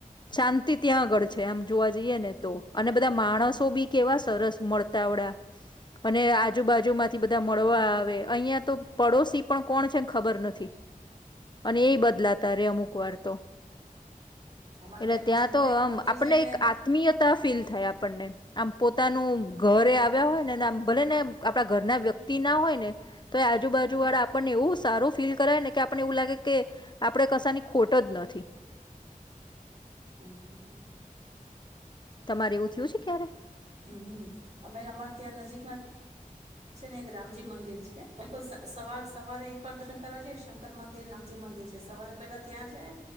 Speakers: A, on the left (about 30°); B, on the right (about 50°).
A: શાંતિ ત્યાં આગળ છે આમ જોવા જઈએ ને. તો અને બધા માણસો બી કેવા સ સરસ મરતાવડા. અને આજુબાજુમાંથી બધા આમ મળવા આવે. અહિયાં તો પડોશી પણ કોણ છે ખબર નથી. અને એ બદલાતા રે અમુક વાર. તો
B: અમારે
A: એટલે ત્યાં
B: નજીકમાં
A: તો
B: એક
A: આમ
B: મંદિર
A: આપણને
B: છે ને
A: એક આત્મીયતા ફીલ થાય આપણને આમ પોતાનું
B: હમ
A: ઘરે આવ્યા હોય ને આમ ભલે ને આપડા ઘરના વ્યક્ તી ના હોય ને તો એ આજુબાજુ
B: હમ
A: વાળા આપણને એવું સારું ફીલ કરાયે ને કે આપને એવું લાગે કે આપડે કશાની ખોટ ટજ નથી.
B: હમ્મ, હમ્મ, હમ્મ, હમ્મ.
A: તમારે એવું થયું છે ક્યારે?
B: હમ્મ, અમે અમારે ત્યાં નજીકમાં છે ને એક રામજી મંદિર છે બિલકુલ સવાર સવારે એકવાર દર્શન કરવા જ શંકર મંદિર રામજી મંદિર છે સવારે પેલા ત્યાં જાય